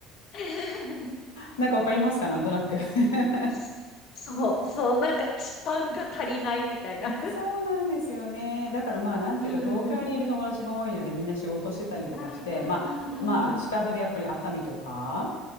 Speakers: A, on the left (about 60°); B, on the left (about 85°).
A: <laughs>
B: なんかわかりますかなんとなく。<laughs>
A: そそう、そう、なんか、スパンが足りないみたいな。
B: そうなんですよね。だからまあなんていうか東京にいる友達が多いのでみんな仕事してたりとかして、
A: <laughs> うん、うん。うん、うん、
B: まあまあ近場でやっぱり熱海とか
A: うん、うん。